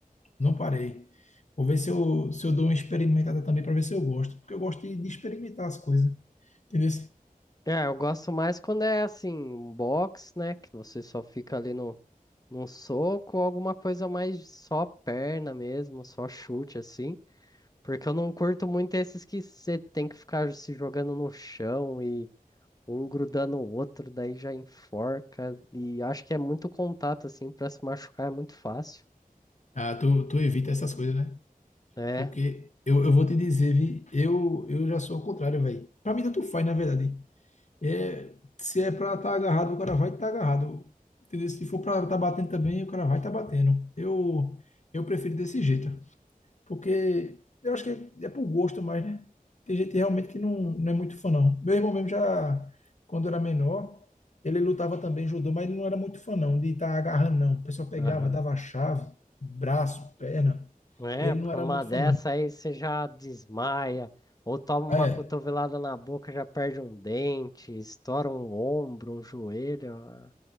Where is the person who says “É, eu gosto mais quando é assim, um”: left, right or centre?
Left